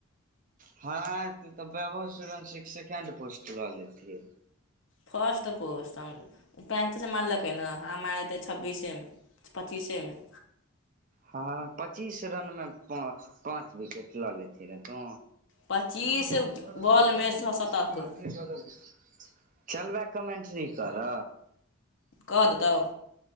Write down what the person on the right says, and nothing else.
हँ त तऽ बैभव सुर्यवंशी सेकेंड पोस्ट लऽ लैतिहीं
हँ पच्चीस रन मे पाँच विकेट लऽ लेति रो तू
<unintelligible>
चलबै कमेन्ट्री कर'